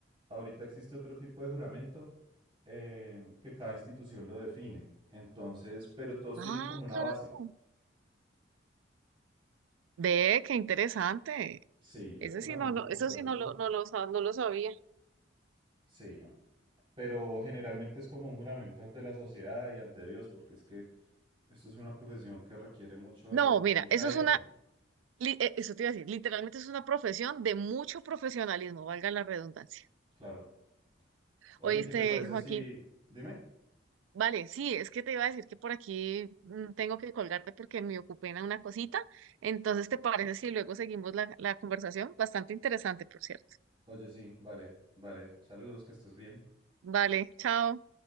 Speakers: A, on the right; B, on the right.
A: Ahorita existe otro tipo de juramento eh, que cada institución lo define. Entonces, pero todos
B: Ah,
A: tienen como una
B: caramba.
A: base.
B: Ve, qué interesante.
A: Sí, ya
B: Eso
A: el juramento
B: sí no, lo-
A: hipocrático,
B: eso sí no lo, no lo, sa- no lo sabía.
A: sí, no. Pero generalmente es como un juramento ante la sociedad y ante Dios, porque es que esto es una profesión que requiere mucho
B: No,
A: de de
B: mira,
A: mucha
B: eso
A: ética.
B: es una, li- eh, eso te iba a decir, literalmente es una profesión de mucho profesionalismo, valga la redundancia.
A: Claro. Oye,
B: Oíste,
A: ¿qué te parece
B: Joaquín,
A: si... Dime.
B: vale, sí, es que te iba a decir que por aquí mm, tengo que colgarte porque me ocupé en una cosita. Entonces, ¿te parece si luego seguimos la, la conversación? Bastante interesante, por cierto.
A: Oye, sí, vale, vale. Saludos, que estés bien.
B: Vale, chao.